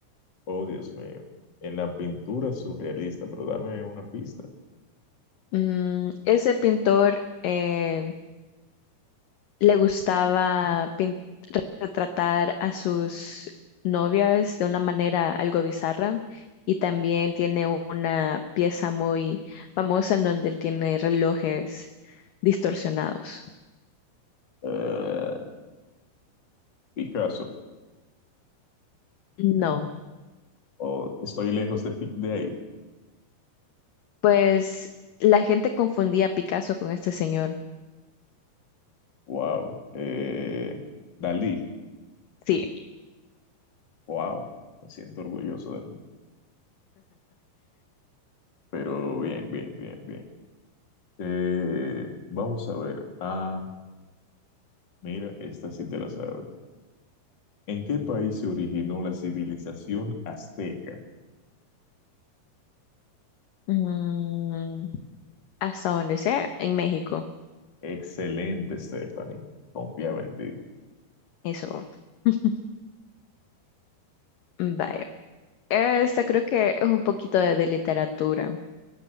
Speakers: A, on the left; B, on the left.
A: Oh, Dios mío. En la pintura surrealista, pero dame una pista.
B: Mm, ese pintor eh, le gustaba pin- retratar a sus novias de una manera algo bizarra y también tiene una pieza muy famosa en donde él tiene relojes distorsionados.
A: Eh, Picasso.
B: No,
A: Oh, estoy lejos de, Pi- de ahí.
B: pues la gente confundía a Picasso con este señor.
A: Wow. Eh, Dalí.
B: Sí,
A: Wow. Me siento orgulloso de mí. Pero bien, bien, bien, bien. Eh, vamos a ver. Ah, mira, esta sí te la sabes. ¿En qué país se originó la civilización azteca?
B: Mm, hasta donde sea, en México.
A: Excelente, Stephanie. Confiaba en ti.
B: Eso. <laughs> Vaya. Esta creo que es un poquito de, de literatura,